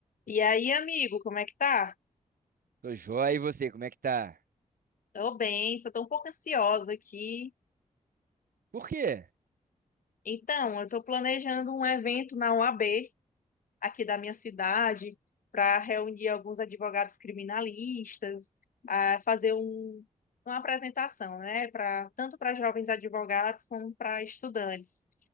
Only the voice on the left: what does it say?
E aí, amigo, como é que tá?
Tô bem, só tô um pouco ansiosa aqui.
Então, eu tô planejando um evento na UAB, aqui da minha cidade, para reunir alguns advogados criminalistas, ah, fazer um- uma apresentação, né, para tanto para jovens advogados como para estudantes.